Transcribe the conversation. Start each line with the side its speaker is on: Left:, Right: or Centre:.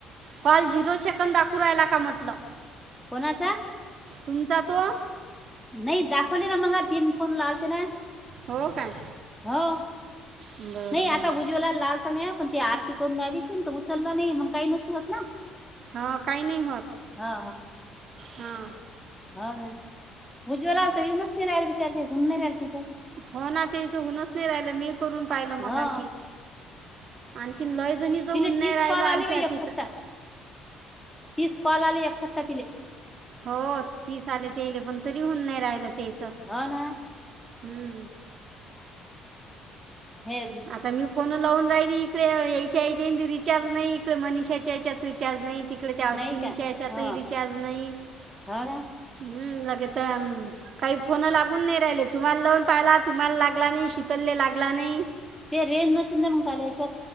Right: कॉल झिरो सेकंद दाकून रायला का म्हटलं.
Centre: कोणाचा,
Right: तुमचा तो,
Centre: नाही दाखवले ना मग तीन फोन लालते ना.
Right: हो काय
Centre: हो,
Right: बरं
Centre: नाही
Right: बरं
Centre: आता उज्वलाला लावत मी. पण ती आरती करून राहिली तर उचलला नाही मण काही नसती होत ना.
Right: हा काही नाही होत.
Centre: हा
Right: हा.
Centre: हा ना, उज्ज्वला आल तर येऊनच नाही राहिल विचारते होऊन नाही राहिलं तिचं.
Right: हो ना तेच होऊनच नाही राहिलं, मी करून पाहिलं मगाशी,
Centre: हा
Right: आणखी कि लय जणीच होऊन
Centre: तिले
Right: नाही
Centre: तीस
Right: राहिलं
Centre: कॉल
Right: आमच्या
Centre: आले बाई
Right: आधीच
Centre: एक खट्टा तीस कॉल आले एखट्टा तिले.
Right: हो तीस आले तेले पण तरी होऊन नाही राहिलं. त्याचं
Centre: हो ना.
Right: हम्म.
Centre: हे
Right: आता मी फोन लावून राहिली इकडे यांच्या याच्यात रिचार्ज नाही, इकडे मनिषाच्या याच्यात रिचार्ज नाही. तिकडे त्या अश्विनीच्या
Centre: नाही का
Right: याच्यात
Centre: हो
Right: ही रिचार्ज नाही.
Centre: हो ना
Right: हम लाग तीत काही फोन लागून नाही. राहिलेत तुम्हाला लवून पाहिलात तुम्हाला लागला नाही शितल ले लागला नाही.
Centre: ते रेन मशीन मग चालायचं,